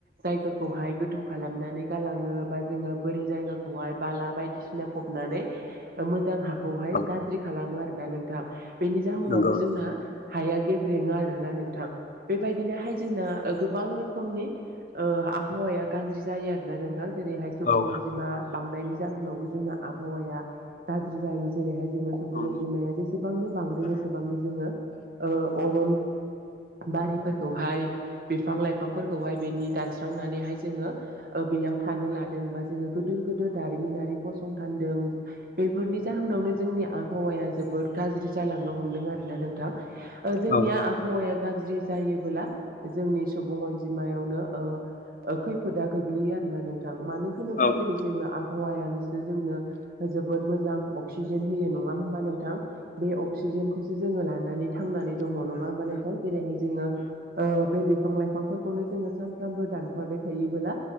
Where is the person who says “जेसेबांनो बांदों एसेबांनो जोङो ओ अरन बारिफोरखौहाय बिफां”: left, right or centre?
Right